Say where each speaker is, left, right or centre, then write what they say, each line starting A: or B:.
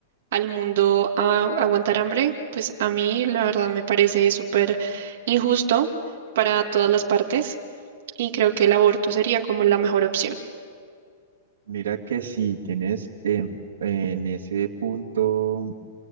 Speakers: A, on the right; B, on the right.
A: al mundo a aguantar hambre, pues a mí la verdad me parece súper injusto para todas las partes y creo que el aborto sería como la mejor opción.
B: Mira que si tienes en en ese punto